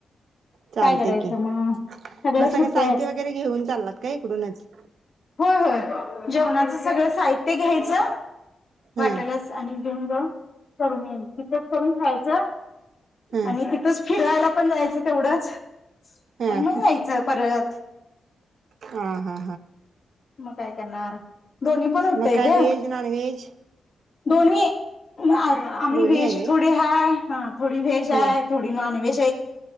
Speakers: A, on the right (about 75°); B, on the left (about 50°).
A: चालते
B: काय करायचं
A: की
B: मग सगळंच
A: मग सगळं
B: होतंय
A: साहित्य वगैरे घेऊन चाललात का इकडूनच
B: होय जेवणाचं सगळं साहित्य घ्यायचं
A: हं
B: वाटालाच आणि जंग करून येईल तथच करून खायचं
A: हं
B: आणि तिथंच फिरायला पण जायचं तेवढंच
A: हं
B: आणि मग यायचं परत
A: हा हा
B: मग काय करणार दोन्ही पण होतंय
A: मका
B: ग
A: वेज नॉन वेज
B: दोन्ही म्ही
A: दोन्ही
B: बे
A: आहे
B: थोडे हाय हा थोडी व भेज
A: व्हय
B: आहे
A: हं
B: थोडी नॉन अष